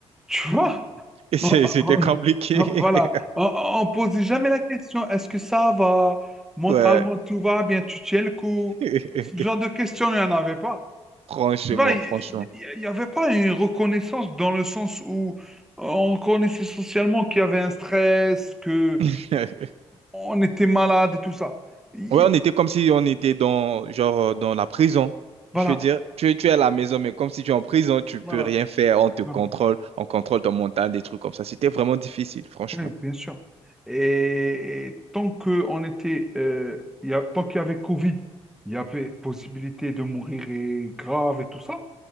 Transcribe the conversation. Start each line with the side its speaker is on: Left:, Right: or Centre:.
Centre: Tu vois?
Right: C'est- C'était
Centre: Oh,
Right: compliqué.
Centre: Voilà,
Right: <laughs>
Centre: Oh, oh, on ne pose jamais la question, est-ce que ça va? Mentalement,
Right: Ouais.
Centre: tout va bien, tu tiens le coup.
Right: <laughs>
Centre: Ce genre de questions, il n'y en avait pas.
Right: Franchement,
Centre: Tu vois, il
Right: franchement.
Centre: n'y avait pas une reconnaissance dans le sens où euh, on connaissait socialement qu'il y avait un stress, que
Right: <laughs>
Centre: on était malade et tout ça. Il-
Right: Ouais, on était comme si on était dans, genre, euh, dans la prison.
Centre: Voilà,
Right: Je veux dire, tu es, tu es à la maison, mais comme si tu es en prison, tu peux
Centre: voilà,
Right: rien faire. On te
Centre: voilà.
Right: contrôle, on contrôle ton mental, des trucs comme ça. C'était vraiment difficile, franchement.
Centre: Oui, bien sûr. Et, et tant que on était, euh, il y a, tant qu'il y avait Covid, il y avait possibilité de mourir et grave et tout ça.